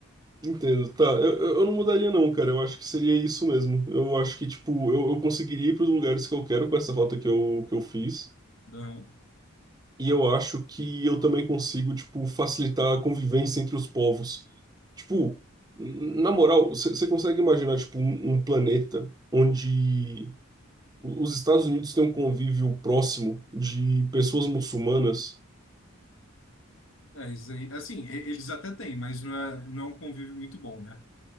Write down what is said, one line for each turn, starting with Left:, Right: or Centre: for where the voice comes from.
Right: Entendo, tá. Eu, eu eu não mudaria, não, cara. Eu acho que seria isso mesmo. Eu acho que, tipo, eu, eu conseguiria ir para os lugares que eu quero com essa rota que eu, que eu fiz.
Left: Não.
Right: E eu acho que eu também consigo, tipo, facilitar a convivência entre os povos. Tipo, n- na moral, você consegue imaginar, tipo, um, um planeta onde o- os Estados Unidos têm um convívio próximo de pessoas muçulmanas?
Left: É, isso aí. Assim, e- eles até têm, mas não é, não é um convívio muito bom, né?